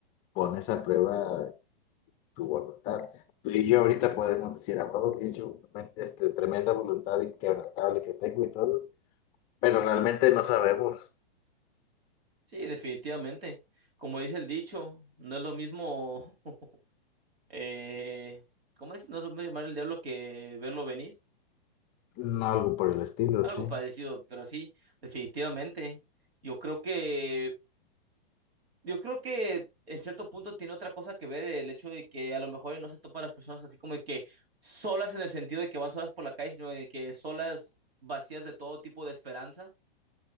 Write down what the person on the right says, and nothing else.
Sí, definitivamente. Como dice el dicho, no es lo mismo, <laughs> eh, ¿cómo es? No es lo mismo llamar el diablo que verlo venir.
Algo
parecido, pero sí, definitivamente. Yo creo que, yo creo que en cierto punto tiene otra cosa que ver el hecho de que a lo mejor y no se topan las personas así como de que solas en el sentido de que van solas por la calle, sino de que solas vacías de todo tipo de esperanza.